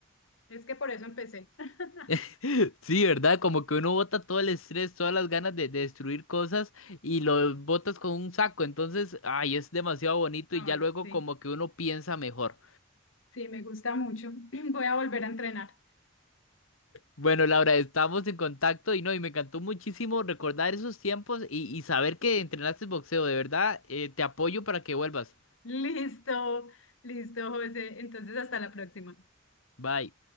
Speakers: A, on the left; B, on the left.
A: Es que por eso empecé. <laughs>
B: <laughs> Sí, ¿verdad? Como que uno bota todo el estrés, todas las ganas de, de destruir cosas y lo botas con un saco. Entonces, ay, es demasiado bonito
A: Ay,
B: y ya luego
A: sí,
B: como que uno piensa mejor.
A: sí, me gusta mucho. <clears throat> Voy a volver a entrenar.
B: Bueno, Laura, estamos en contacto y no, y me encantó muchísimo recordar esos tiempos y, y saber que entrenaste boxeo. De verdad, eh, te apoyo para que vuelvas.
A: <laughs> Listo, listo, José. Entonces, hasta la próxima.
B: Bye.